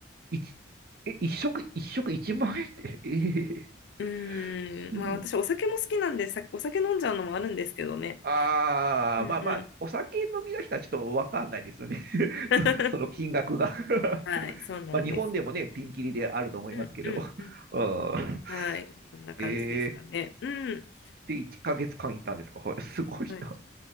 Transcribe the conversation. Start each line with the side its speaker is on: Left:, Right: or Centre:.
Right: 一え、一食、一食一万円って、ええ
Left: うーん、
Right: ー
Left: まあ私お酒も好きなんで、さ、お酒飲んじゃうのもあるんですけどね。
Right: ああ、
Left: うんうん。
Right: まあまあ、お酒飲みの人はちょっとわかんないですよね。<laughs>
Left: <laughs>
Right: そその金額が <laughs>
Left: はい、そうなんです。
Right: まあ、日本でもね、ピンキリであると思いますけど。
Left: うんうんうん。
Right: <laughs> うん。
Left: はい、そんな感じですかね。
Right: ええ
Left: うん。
Right: で、1ヶ月間行ったんですか。はいすごいな。
Left: はい。